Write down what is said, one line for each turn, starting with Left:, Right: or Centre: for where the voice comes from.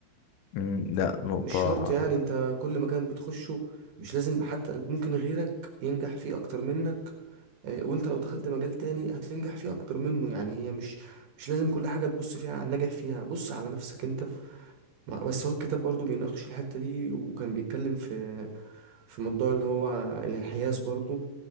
Left: مم، لا نقطة
Right: مش شرط يعني انت كل مكان بتخشه مش لازم حتى ممكن غيرك ينجح فيه اكتر منك آه، وانت لو دخلت مجال تاني هتنجح فيه اكتر منه يعني هي مش مش لازم كل حاجة تبص فيها على الناجح فيها بص على نفسك انت ما- بس هو الكتاب برضو بيناقش الحتة دي وكان بيتكلم في في موضوع اللي هو الانحياز برضو